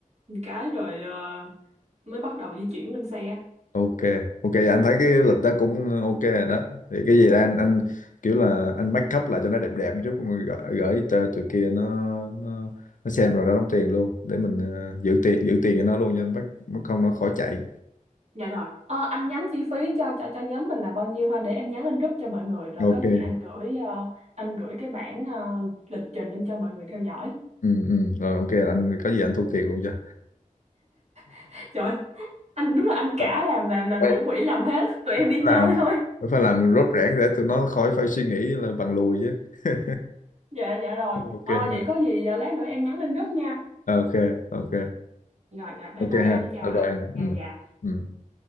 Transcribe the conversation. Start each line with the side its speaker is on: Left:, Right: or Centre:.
Right: một cái rồi à, mới bắt đầu di chuyển lên xe.
Left: ok ok dạ anh thấy cái lịch đó cũng ok rồi đó thì cái gì đó anh anh kiểu là anh make up lại cho nó đẹp đẹp một chút rồi gửi, gửi cho tụi kia nó nó nó xem rồi nó đóng tiền luôn để mình ờ, giữ tiền giữ tiền cho nó luôn cho bắt không nó khỏi chạy
Right: Dạ rồi. Ờ, anh nhắn chi phí cho cho cho nhóm mình là bao nhiêu ha để em nhắn lên group cho mọi người rồi
Left: ok
Right: có gì anh gửi ờ, anh gửi cái bản ờ, lịch trình lên cho mọi người theo dõi.
Left: ừ ừ rồi ok anh có gì anh thu tiền luôn cho
Right: <laughs> Trời ơi, anh đúng là anh cả
Left: phải
Right: làm làm làm
Left: phải
Right: thủ quỹ làm hết, tụi em đi
Left: làm
Right: chơi thôi.
Left: phải làm rốt rẽn để tụi nó khỏi phải suy nghĩ là bằng lùi chứ <laughs>
Right: <laughs> Dạ dạ rồi.
Left: ok
Right: Ờ,
Left: ha.
Right: vậy có gì ờ, lát nữa em nhắn lên group nha.
Left: ok ok
Right: Rồi rồi bye
Left: ok
Right: bye
Left: ha
Right: anh chào
Left: bye
Right: anh.
Left: bye
Right: Dạ
Left: em. ừ
Right: dạ.
Left: ừ